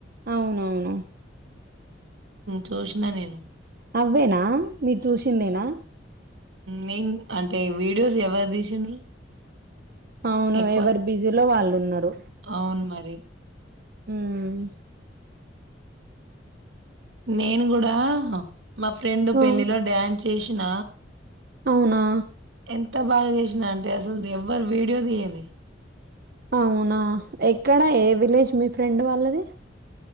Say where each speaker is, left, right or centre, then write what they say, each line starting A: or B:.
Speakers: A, on the right; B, on the right.
A: అవునవును
B: చూసిన నేను
A: అవ్వేనా మీరు చూసిందేనా
B: నేను అంటే వీడియోస్ ఎవరు తీసిండ్రు
A: అవును
B: ఎక్కువ?
A: ఎవరు బిజీలో వాళ్ళు ఉన్నారు
B: అవును మరి
A: ఊమ్
B: నేను గూడా మా ఫ్రెండు
A: ఆ
B: పెళ్లిలో డ్యాన్ చేేషిన
A: అవునా
B: ఎంత బాగా జేసిన అంటే అసలు ఎవ్వరు వీడియో తీయెలె
A: అవునా ఎక్కడ ఏ విలేజ్ మీ ఫ్రెండ్ వాళ్ళది